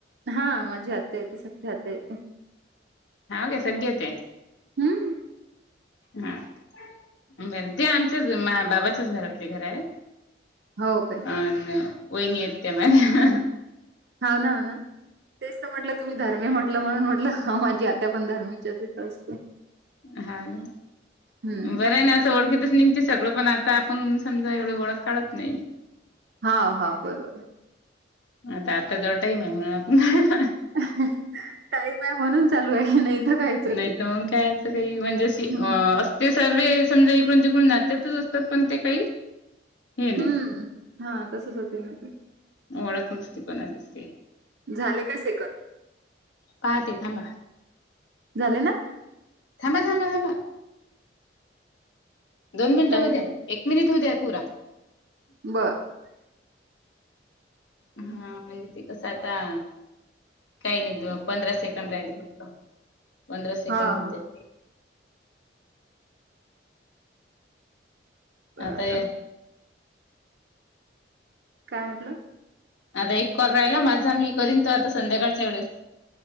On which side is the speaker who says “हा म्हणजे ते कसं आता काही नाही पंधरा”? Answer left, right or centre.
Left